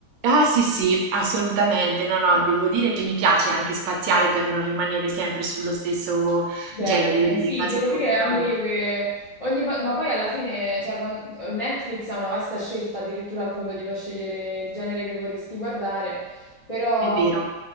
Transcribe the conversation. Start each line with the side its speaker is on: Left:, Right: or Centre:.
Right: Ah sì, sì, assolutamente. No, no, devo dire che mi piace anche spaziare per non rimanere sempre sullo stesso
Left: Genere.
Right: genere, vedere
Left: Sì,
Right: cose
Left: devo
Right: un pochino
Left: dire anche io che ogni va- ma poi alla fine, cioè, quan- Netflix ha una vasta scelta, addirittura appunto ti fa scegliere il genere che vorresti guardare, però
Right: è vero.